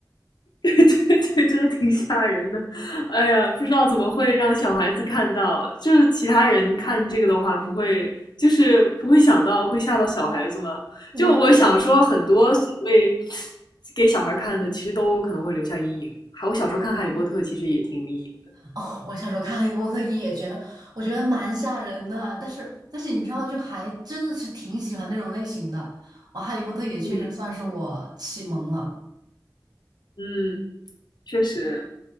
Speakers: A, on the left (about 70°); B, on the right (about 60°).
A: 对对对，真的挺吓人的。哎呀，不知道怎么会让小孩子看到，就是其他人看这个的话，不会就是不会想到会吓到小孩子吗？
B: 我也
A: 就我想说，很多所谓给小孩看的，其实都可能会留下阴影。还我小时候看《哈利波特》，其实也挺有阴影的。
B: 哦，我小时候看《哈利波特》也觉得，我觉得蛮吓人的，但是但是你知道，就还真的是挺喜欢那种类型的。我《哈利波特》也确实算是我启蒙了。
A: 嗯嗯，确实。